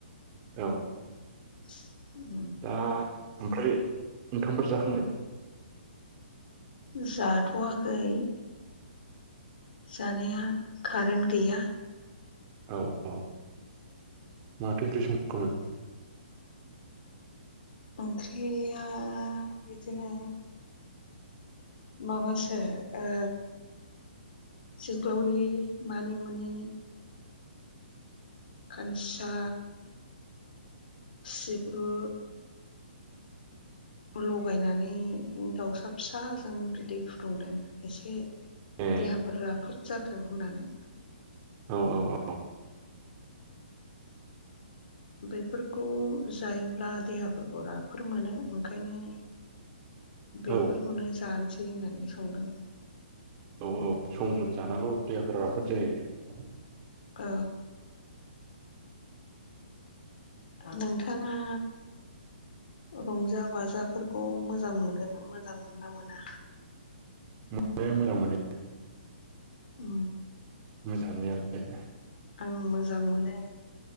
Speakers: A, on the right; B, on the left.
A: औ
B: <inaudible>
A: ओ ओमफ्राय ओंखामफोर जाखांबाय
B: जाथ'वाखै जानाया खारेन गैया
A: औ औ माथो ओंख्रि संखोमोन
B: ओंख्रिया बिदिनो माबासो ओ जोग्लावरि मानिमुनि खानसा सिब्रु लगायनानै दावसा फिसाजों बिदै फुदुंदों एसे देहाफोरा
A: ए
B: राफोद जाथों होन्ना नै
A: औ
B: बेफोरखौ जायोब्ला देहाफोरखौ राफोद मोनो ओंखायनो बेफोरखौनो
A: औ
B: जानोसै होननानै संदों
A: औ औ सम सम जानांगौ देहाफोरा राफोद जायो
B: औ नोंथाङा रंजा बाजाफोरखौ मोजां मोनगोन मोजां मोनोना मोना
A: मोनो मोजां मोनो
B: उ
A: मोसानायालाय
B: आं मोजां मोनो